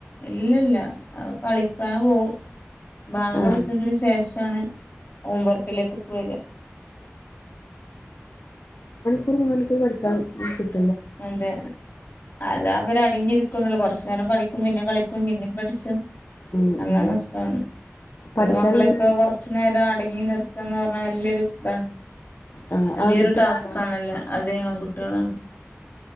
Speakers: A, on the left; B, on the left.
A: ഇല്ലല്ല അഹ് കളിക്കാ പോ ബാങ്ക് കൊടുത്തതിന്
B: ആ
A: ശേഷണ് ഹോംവർക്കിലേക്കൊക്കെ വര
B: രു മൂന്നണിക്കൂർ പഠിക്കാൻ ഇക്കും
A: അതെ അത് ആര് അവരടങ്ങിരിക്കുംന്നുല്ല കൊറചേരം പഠിക് കും പിന്നെ കളിക്കും പിന്നിം പടിച്ചും
B: ഉം,
A: അങ്ങനൊക്കാണ്
B: ഉം.
A: ഇപത്തെ
B: പഠിക്കാൻ
A: മക്കളൊക്കെ
B: എങ്ങനെ
A: കൊറച്ചു നേരം അട ഇങ്ങി നിർത്തന്ന് പറഞ്ഞാ വല്യൊരു തണ്
B: ആ,
A: വലിയൊരു
B: ആൺകുട്ടികളാണോ
A: ടാസ്ക് ആണല്ലേ അതെ ആൺകുട്ടിളാണ്